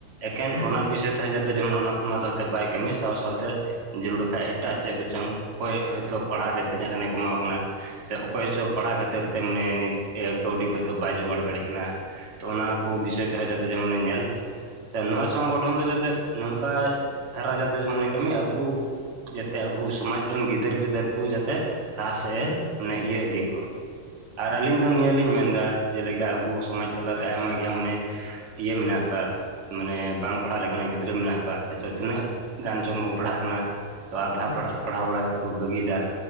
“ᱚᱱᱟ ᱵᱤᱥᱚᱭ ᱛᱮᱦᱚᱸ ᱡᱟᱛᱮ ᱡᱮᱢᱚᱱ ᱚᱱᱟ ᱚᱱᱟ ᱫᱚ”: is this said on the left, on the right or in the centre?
Right